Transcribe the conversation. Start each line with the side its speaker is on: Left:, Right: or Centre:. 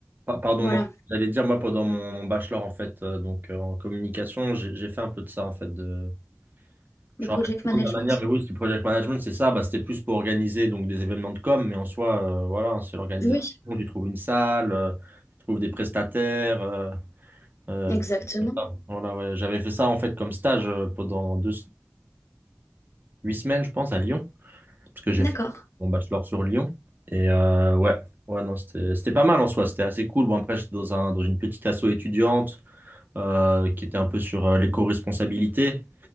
Right: pa- pardon,
Left: voilà,
Right: non, j'allais dire moi pendant mon, mon bachelor en fait, euh, donc euh, en communication, j'ai j'ai fait un peu de ça en fait. De...
Left: le
Right: Je
Left: project
Right: me rappelle plus
Left: management.
Right: de la manière, mais oui, c'était project management, c'est ça, bah, c'était plus pour organiser donc des événements de com, mais en soi, euh, voilà, hein, c'est l'organisation,
Left: Oui,
Right: tu trouves une salle, euh, tu trouves des prestataires, euh, euh,
Left: exactement.
Right: des trucs comme ça. voilà, ouais. J'avais fait ça en fait comme stage euh, pendant deux, huit semaines, je pense, à Lyon. parce que j'ai
Left: D'accord.
Right: fait mon bachelor sur Lyon. Et euh, ouais, ouais, non, c'était, c'était pas mal en soi, c'était assez cool. Bon, après, j'étais dans un, dans une petite asso étudiante euh, qui était un peu sur euh, l'éco-responsabilité.